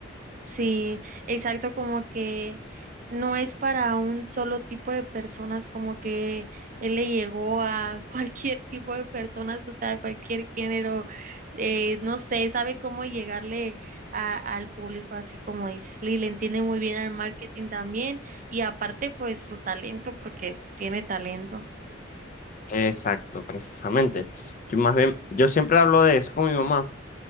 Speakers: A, on the right (about 40°); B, on the left (about 40°).
A: Sí, exacto, como que no es para un solo tipo de personas, como que él le llegó a <laughs> cualquier tipo de personas, o sea, cualquier género, eh, no sé, sabe cómo llegarle a- al público, así como dices, y le entiende muy bien al marketing también, y aparte, pues su talento, porque tiene talento.
B: Exacto, precisamente. Yo más bien, yo siempre hablo de eso con mi mamá,